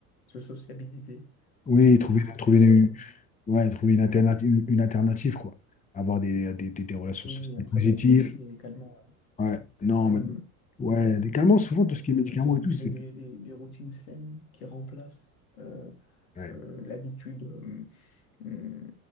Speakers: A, on the left; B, on the left.
A: se sociabiliser
B: Oui,
A: et
B: trouver,
A: se
B: trouver,
A: faire soigner.
B: une- ouais, trouver une alternative, une alternative, quoi. Avoir des, des, des, des relations
A: Oui,
B: sociales
A: oui, après,
B: positives.
A: bah, il y a aussi également
B: Ouais, non,
A: euh,
B: mais, ouais, les calmants, souvent,
A: euh,
B: tout ce qui est médicaments
A: le fait de
B: et tout,
A: créer
B: c'est.
A: des, des- des routines saines qui remplacent euh,
B: Ouais.
A: euh, l'habitude euh, hum,